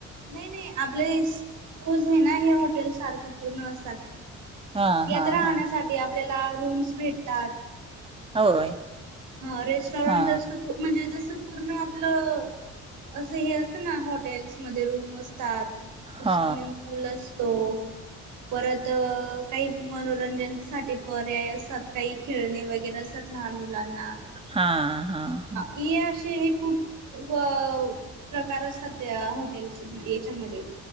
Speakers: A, on the right; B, on the right.
A: नाही नाही आपले क्रूज हे ना हे हॉटेल सारखं पूर्ण असतात.
B: हा
A: यात
B: हा
A: राहण्यासाठी
B: हा
A: आपल्याला रूम्स भेटतात.
B: होय.
A: हा रेस्टॉरंट
B: हा
A: अस म्हणजे जस. पूर्ण आपलं असं हे असत ना हॉटेल्स मध्ये रूमस असात
B: हा
A: स्विमिंग पूल असतो. परत काही मनोरंजनसाठीठी पर्याय असतात काही खेळणे वगैरे असत. लहान मुलांना.
B: हा हा हा.
A: हे असे हे खूप प्रकार असतात त्या हॉटेल् याच्यामध्ये.